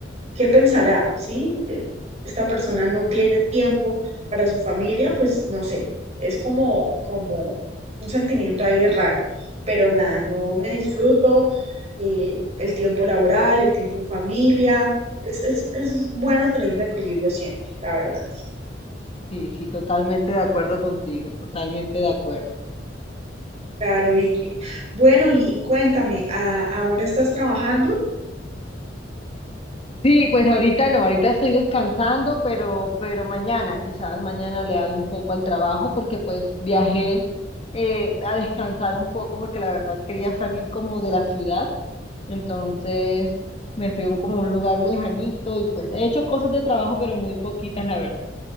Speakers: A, on the right; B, on the left.
A: ¿qué pensará? ¿Sí? Eh, Esta persona no tiene tiempo para su familia, pues no sé, es como, como un sentimiento ahí raro, pero nada, yo me disfruto eh, el tiempo laboral, el tiempo en familia, es, es, es bueno tener un equilibrio siempre, la verdad.
B: Sí, sí, totalmente de acuerdo contigo, totalmente de acuerdo.
A: Claro, Vicky. Bueno, y, y cuéntame, ¿a- ¿ahora estás trabajando?
B: Sí, pues ahorita no, ahorita estoy descansando, pero, pero mañana, quizás mañana le hago un poco al trabajo porque pues viajé eh, a descansar un poco porque la verdad quería salir como de la ciudad, entonces me fui a un, como un lugar lejanito y pues he hecho cosas de trabajo, pero muy poquitas, la verdad.